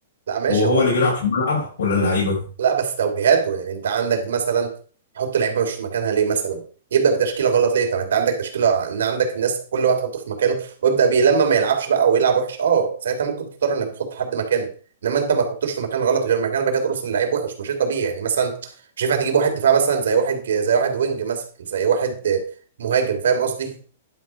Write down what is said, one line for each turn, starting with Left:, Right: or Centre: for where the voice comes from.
Right: لا ماشي
Left: هو هو
Right: هو
Left: اللي بيلعب في الملعب ولا اللعيبه
Right: لا بس توجيهاته يعني انت عندك مثلا تحط لعيبه مش في مكانها ليه مثلا يبدا بتشكيله غلط ليه طب انت عندك تشكيله ان عندك الناس كل واحد تحطه في مكانه ويبدا بيه لما ما يلعبش بقى او يلعب وحش اه ساعتها ممكن تضطر انك تحط حد مكانه انما انت ما تحطوش في مكان غلط غير مكان بقى كده ترسل لعيب وحش مش طبيعي يعني مثلا مش ينفع تجيب واحد دفاع مثلا زي واحد زي واحد وينج مثلا زي واحد مهاجم فاهم قصدي